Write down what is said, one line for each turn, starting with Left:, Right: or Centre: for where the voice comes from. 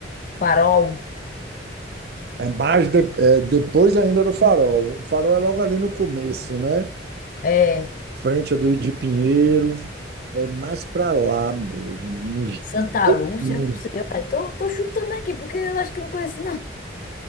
Left: Farol,
Right: É mais de- é depois ainda do Farol. O Farol é logo ali no começo, né?
Left: é
Right: Frente do de Pinheiros, é mais para lá mesmo. nos-
Left: Santa Lúcia,
Right: no-
Left: não sei, eu tô, tô chutando aqui porque eu acho que eu não conheço não.